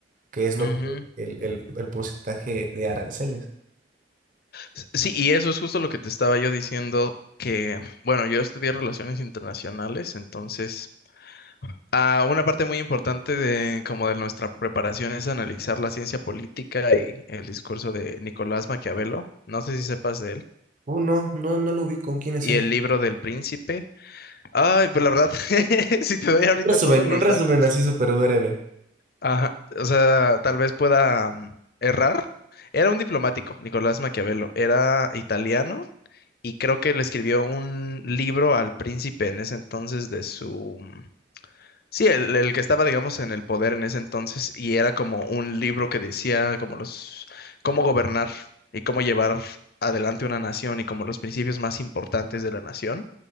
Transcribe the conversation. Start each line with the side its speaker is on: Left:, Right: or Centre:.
Right: que es lo
Left: ujú.
Right: que el el- el porcentaje de aranceles.
Left: S- Sí, y eso es justo lo que te estaba yo diciendo, que, bueno, yo estudié relaciones internacionales, entonces... Ah, una parte muy importante de como de nuestra preparación es analizar la ciencia política y el discurso de Nicolás Maquiavelo. No sé si sepas de él.
Right: Oh, no, no, no lo ubico. ¿Quién es
Left: Y
Right: él?
Left: el libro del príncipe. Ay, pues la verdad, <laughs> si te doy ahorita
Right: Un resumen,
Left: todos los
Right: un resumen
Left: datos,
Right: así súper breve.
Left: ajá, o sea, tal vez pueda mm, errar. Era un diplomático, Nicolás Maquiavelo. Era italiano y creo que le escribió un libro al príncipe en ese entonces de su mm, Sí, el, el que estaba, digamos, en el poder en ese entonces y era como un libro que decía como los, cómo gobernar y cómo llevar adelante una nación y como los principios más importantes de la nación.